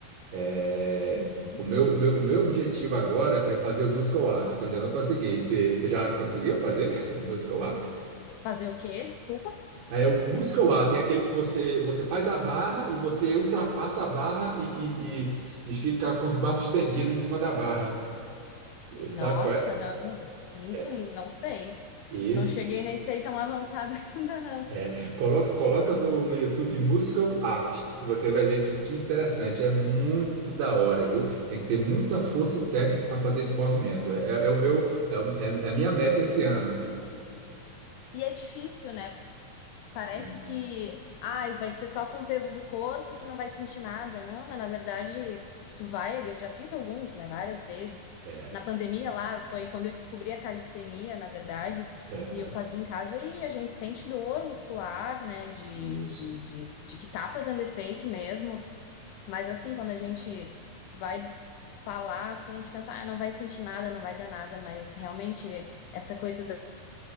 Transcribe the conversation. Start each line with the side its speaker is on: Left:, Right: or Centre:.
Right: É,
Left: Uhum.
Right: o meu, o meu, o meu objetivo agora é fazer o Muscle Up, que eu ainda não consegui. Você, você já conseguiu fazer o Muscle Up?
Left: Fazer o quê? Desculpa?
Right: É, o Muscle Up é aquele que você, você faz a barra e você ultrapassa a barra e, e, e, e fica com os braços estendidos em cima da barra. Eh,
Left: Nossa,
Right: Sabe qual é?
Left: não. Hum,
Right: É,
Left: hum, não sei.
Right: Esse
Left: Não cheguei nesse aí tão avançado <laughs> ainda, não.
Right: é. Coloca, coloca no, no YouTube Muscle Up, que você vai ver que, que interessante. É muito da hora, viu? Tem que ter muita força e técnica para fazer esse movimento. É, é, é o meu, é, o- é a minha meta esse ano.
Left: E é difícil, né? Parece
Right: E-
Left: que, ai, vai ser só com o peso do corpo, tu não vai sentir nada, não, mas na verdade tu vai ali, eu já fiz alguns, né, várias vezes.
Right: É,
Left: Na pandemia lá foi quando eu descobri a calistenia, na verdade,
Right: aham,
Left: e eu fazia em casa e a gente sente dor muscular, né, de,
Right: isso.
Left: de, de, de que tá fazendo efeito mesmo, mas assim, quando a gente vai falar, assim, a gente pensa, ah, não vai sentir nada, não vai dar nada, mas realmente essa coisa